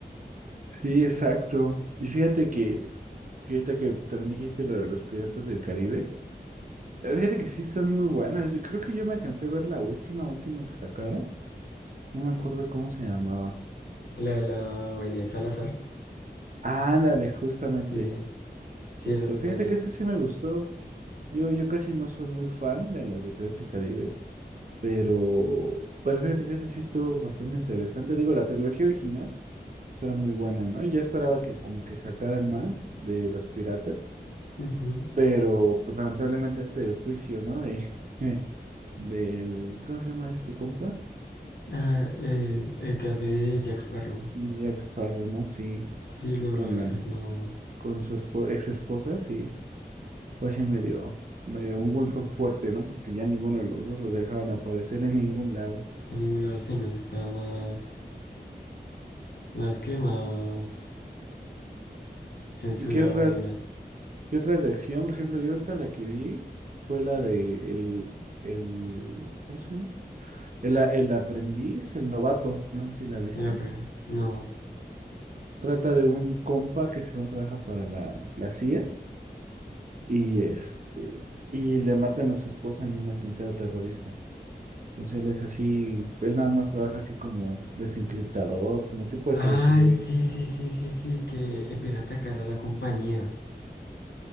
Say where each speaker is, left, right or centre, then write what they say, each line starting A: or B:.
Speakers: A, on the right (about 50°); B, on the left (about 75°).
A: Sí, exacto. Y fíjate que, que ahorita que también dijiste lo de los Piratas del Caribe, eh, fíjate que sí son muy buenas. Yo creo que yo me cansé de ver la última, última que sacaron. No me acuerdo cómo se llamaba.
B: La de la vaina de Salazar.
A: ándale, justamente,
B: Sí, sí,
A: justo.
B: esa es
A: Fíjate
B: buena.
A: que esa sí me gustó. Yo, yo casi no soy muy fan de las de Piratas del Caribe. Pero, pero fíjate que ese sí estuvo bastante interesante. Digo, la trilogía original pues, era muy buena, ¿no? Y yo esperaba que como que sacaran más de los piratas,
B: Ujú.
A: pero pues lamentablemente este el juicio, ¿no? De, <laughs> del, ¿cómo se llama este compa?
B: Ah, el, el que hace de Jack Sparrow.
A: Jack Sparrow, ¿no? Sí,
B: Sí, no,
A: con
B: la verdad,
A: la,
B: no.
A: con su espo- ex esposa, sí, pues sí me dio, me dio un golpe fuerte, ¿no? Porque ya ninguno de los dos los dejaban aparecer en ningún lado.
B: En ningún lado se nos está más, más que más censurado
A: ¿Y qué otras?
B: y más.
A: Y otras de acción, por ejemplo, yo ahorita la que vi fue la de el, el, ¿cómo se llama? El, a- el aprendiz, el novato, no sé si la viste.
B: En la pre- no.
A: Trata de un compa que según trabaja para la, la CIA y este, y le matan a su esposa en un atentado terrorista. Entonces él es así, él nada más trabaja así como desencriptador, como tipo
B: Ay,
A: de ciberseguridad
B: sí, sí, sí, sí, sí, que empieza a atacar a la compañía.